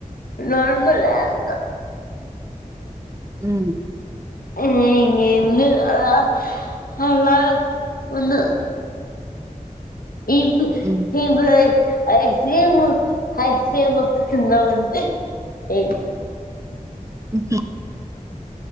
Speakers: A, on the left; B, on the right.
A: నార్మల్ ఎ అంత
B: ఉమ్
A: ఆ ఇ ఇందు అ అలా ఉన్న ఇబ
B: ఉమ్
A: ఇబ ఐస్క్రీం ఐస్క్రీం <unintelligible>
B: ఇకే